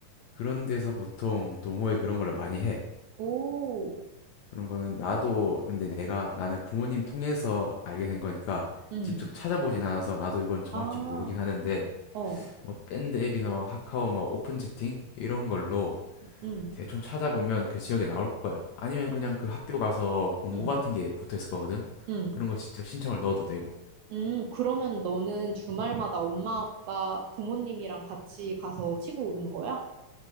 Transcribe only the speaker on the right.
오,
응.
아.
어,
음.
응,
응,
응.
음, 그러면 너는 주말마다 엄마, 아빠, 부모님이랑 같이 가서 치고 오는 거야?